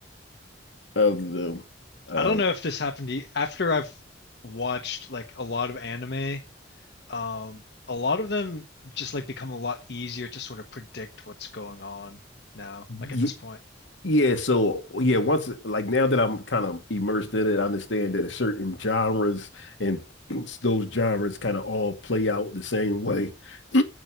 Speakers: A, on the left (about 80°); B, on the left (about 60°).
A: of them. Um,
B: I don't know if this happened to you. After I've watched like a lot of anime, um, a lot of them just like become a lot easier to sort of predict what's going on now, like
A: yeah,
B: at this point.
A: yeah, so yeah, once like now that I'm kind of immersed in it, I understand that it's certain genres and <clears throat> those genres kind of all play out the same way. <clears throat>